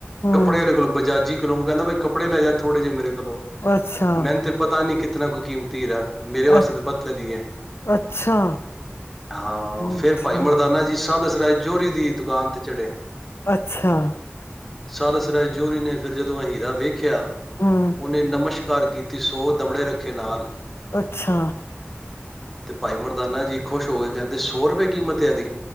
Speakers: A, on the left (about 70°); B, in the centre.
A: ਹਮ
B: ਕੱਪੜੇ ਵਾਲੇ ਕੋਲੋਂ ਬਜਾਜੀ ਕੋਲੋਂ ਕਹਿੰਦਾ ਵੀ ਕੱਪੜੇ ਲੈ ਜਾ ਥੋੜੇ ਜਿਹੇ ਮੇਰੇ ਕੋਲੋਂ
A: ਅੱਛਾ
B: ਮੈਨੂੰ ਤੇ ਪਤਾ ਨੀ ਕਿ ਕਿਤਨਾ ਕੋਈ ਕੀਮਤੀ ਰ ਹੈ ਮੇਰੇ ਵਾਸਤੇ
A: ਅ
B: ਤਾਂ ਪੱਥਰ ਜ ਹੈ
A: ਅੱਛਾ
B: ਹਾਂ
A: ਅੱਛਾ
B: ਫੇਰ ਭਾਈ ਮਰਦਾਨਾ ਜੀ ਸਾਲ ਸ ਰਾਜੌਰੀ ਦੀ ਦੁਕਾਨ ਤੇ ਚੜੇ
A: ਅੱਛਾ
B: ਸਾਲਸ ਰਾਏ ਜੋਹਰੀ ਨੇ ਫਿਰ ਜਦੋਂ ਅ ਹੀਰਾ ਵੇਖਿਆ
A: ਹਮ
B: ਉਹਨੇ ਨਮਸ਼ਕਾਰ ਘ ਕੀਤੀ ਸੋ ਦਮੜੇ ਰੱਖੇ ਨਾਲ
A: ਅੱਛਾ
B: ਤੇ ਭਾਈ ਮਰਦਾਨਾ ਜੀ ਖੁਸ਼ ਹੋ ਗਏ ਕਹਿੰਦੇ ਸੌ ਰੁਪਏ ਕੀਮਤ ਆਦੀ